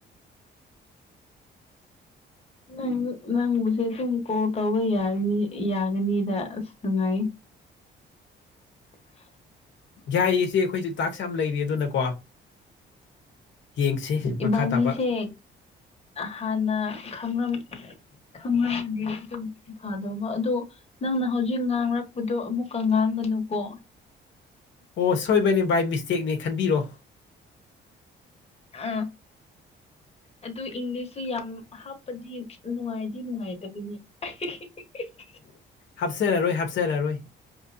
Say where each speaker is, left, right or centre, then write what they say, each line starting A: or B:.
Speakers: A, on the left; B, on the left.
A: ꯅ ꯅꯪꯕꯨꯁꯦ ꯑꯗꯨꯝ ꯀꯣꯜ ꯇꯧꯕ ꯌꯥꯅꯤ ꯌꯥꯒꯅꯤꯗ ꯑꯁ ꯅꯨꯡꯉꯥꯏ <unintelligible>
B: ꯌꯥꯏꯌꯦꯁꯦ ꯑꯩꯈꯣꯏꯁꯨ ꯇꯥꯛꯁ ꯌꯥꯝ ꯂꯩꯔꯤ ꯑꯗꯨꯅꯀꯣ ꯌꯦꯡꯁꯤ ꯃꯈꯥ
A: ꯏꯕꯥꯅꯤꯁꯦ
B: ꯇꯥꯕ
A: ꯍꯥꯟꯅ ꯈꯪꯉꯝꯃꯗꯤ ꯑꯗꯨꯝ ꯐꯗꯧꯕ ꯑꯗꯨ ꯅꯪꯅ ꯍꯧꯖꯤꯛ ꯉꯥꯡꯔꯛꯄꯗꯣ ꯑꯃꯨꯛꯀ ꯉꯥꯡꯒꯅꯨꯀꯣ
B: ꯑꯣ ꯁꯣꯏꯕꯅꯦ ꯕꯥꯏ ꯃꯤꯁꯇꯦꯛꯅꯦ ꯈꯟꯕꯤꯔꯣ
A: ꯑ ꯑꯗꯨ ꯏꯪꯂꯤꯁꯁꯨ ꯌꯥꯝ ꯍꯥꯞꯄꯗꯤ ꯅꯨꯡꯉꯥꯏꯗꯤ ꯅꯨꯡꯉꯥꯏꯇꯕꯅꯤ <unintelligible>
B: ꯍꯥꯞꯆꯔꯔꯣꯏ ꯍꯥꯞꯆꯔꯔꯣꯏ